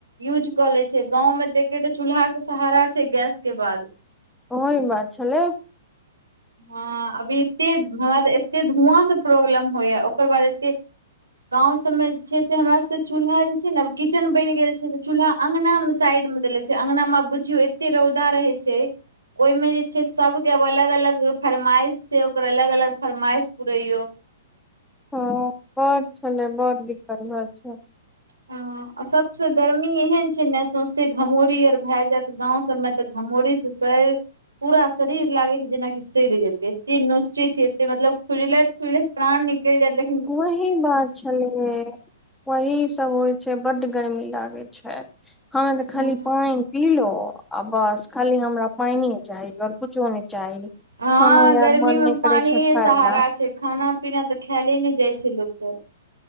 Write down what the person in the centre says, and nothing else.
ओहीमे छलै
हँ बड़ छलै बड़ दिक्कत भय छै
वही बात छलिय वही सब होइ छै बड्ड गर्मी लागे छै हा तऽ
खाली पाइन पीलो आ बस खाली हमरा पाइने चाही कुछो नय चाही खानो
यार
मन
नय
करै छै खाय
ला